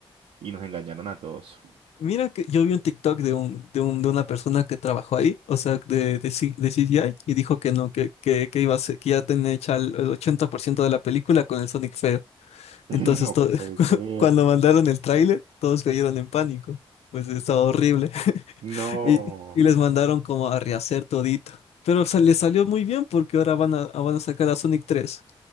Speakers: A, on the right; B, on the left.
A: y nos engañaron a todos.
B: Mira que yo vi un TikTok de un, de un, de una persona que trabajó ahí, o sea, de, de, C- de CGI, y dijo que no, que, que, que iba a ser- que ya tenía hecha el, el 80% de la película con el Sonic feo.
A: <laughs>
B: Entonces,
A: No
B: to-
A: puede
B: <laughs>
A: ser.
B: cuando mandaron el tráiler, todos cayeron en pánico. Pues estaba horrible. <laughs>
A: No.
B: Y, y les mandaron como a rehacer todito. Pero o sea, les salió muy bien porque ahora van a, van a sacar a Sonic 3.